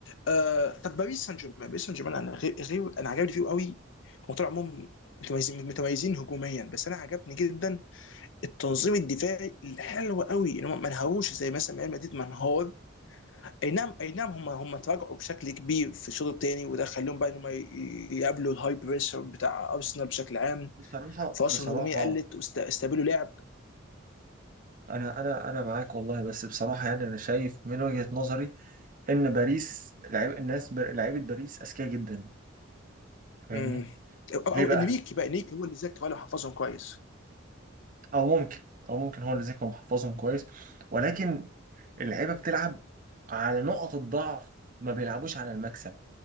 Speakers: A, on the left; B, on the right.
A: آه طب باريس سان جيرمان باريس سان جيرمان انا غير غير انا عجبني فيه قوي هم طول عموم متميزين متميزين هجوميا بس انا عجبني جدا التنظيم الدفاعي الحلو قوي ان هم ما انهاروش زي مثلا ريال مدريد منهار اي نعم اي نعم هم هم تراجعوا بشكل كبير في الشوط الثاني وده خليهم بقى ان هم ي- يقابلوا الهاي بريشر بتاع ارسنال بشكل عام
B: بصراحة
A: فرصهم
B: بصراحة
A: الهجوميه قلت واستقبلوا لعب
B: انا انا انا معاك والله بس بصراحه يعني انا شايف من وجهه نظري ان باريس لعيب الناس بر... لعيبه باريس اذكياء جدا فاهمني
A: مم. او, أو
B: ليه بقى
A: انريكي بقى انريكي هو اللي ذاك ولا حفظهم كويس
B: او ممكن او ممكن هو اللي ذكي ومحفظهم كويس ولكن اللعيبه بتلعب على نقط الضعف ما بيلعبوش على المكسب